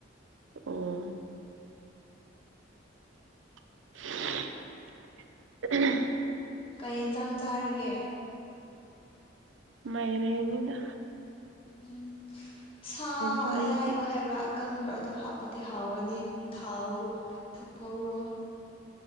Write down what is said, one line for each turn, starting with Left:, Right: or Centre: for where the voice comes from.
Right: ꯑꯣ <unintelligible>
Left: ꯀꯩ ꯌꯦꯟꯁꯥꯡ ꯆꯥꯔꯒꯦ
Right: ꯃꯩꯔ ꯌꯦꯅꯤꯗ
Left: ꯎꯝ ꯁꯥ
Right: ꯆꯥꯏ
Left: ꯑꯌꯥꯏꯕ
Right: ꯉꯁꯤ
Left: ꯍꯥꯏꯕ꯭ꯔꯥ ꯀꯪꯕ꯭ꯔ ꯑꯗꯨꯣ ꯍꯥꯞꯄꯗꯤ ꯍꯥꯎꯒꯅꯤ ꯊꯥꯎꯕ ꯑꯗꯨꯝ ꯉꯧꯔꯒ